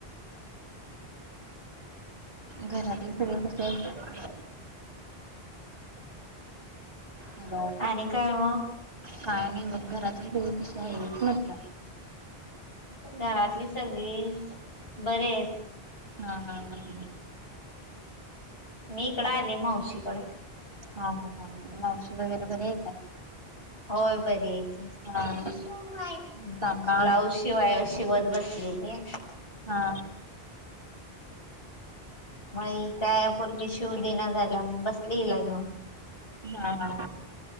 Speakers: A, on the right (about 40°); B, on the left (about 65°).
A: घरातले सगळे कशे आहेत? हॅलो
B: आणि काय मग?
A: काय नाही बघ घरात <unintelligible> कशी आहेच नसला.
B: घरातली सगळी बरे आहेत.
A: हा हा हा हा.
B: मी इकडं आले मावशीकडं.
A: हा हा हा मावशी वगैरे बरे आहे का?
B: होय बरी आहे की
A: हा काका
B: ब्लाऊज शिवाय शिवत बस लेले
A: हा
B: होय काय पोरगी शिवू दे ना गला बस त्रि ला घेऊ
A: हा हा हा हा हा हा हा